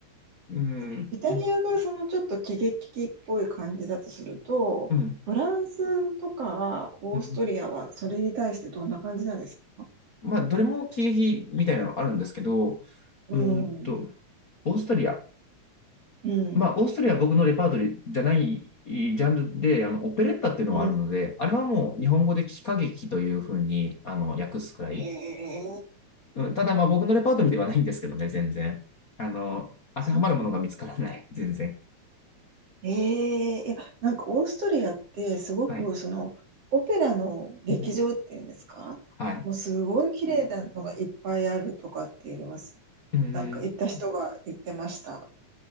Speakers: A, on the left; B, on the right.
A: うん、
B: え。イタリアがそのちょっと喜劇的っぽい感じだとすると、
A: うん、
B: フランスとかオーストリアはそれに対してどんな感じなんですか
A: うん。まあ、どれも経費みたいなのあるんですけど、
B: うん。
A: うーんと、オーストリア
B: うん。
A: まあ、オーストリアは僕のレパートリーじゃないジャンルで、あの、オペレッタっていうのがあるので、
B: うん。
A: あれはもう日本語で喜歌劇というふうに、あの、訳すくらい。
B: へえ。
A: うん、ただ、まあ、僕のレパートリーではないんですけどね、全然。あの、当てはまるものが見つからない、
B: そう
A: 全然。
B: ええいや、なんかオーストリアってすごくそのオペラの劇場っていうんですかもうすごい綺麗なのがいっぱいあるとかっていうのは
A: はい。うんはい。うん。
B: なんか行った人が言ってました。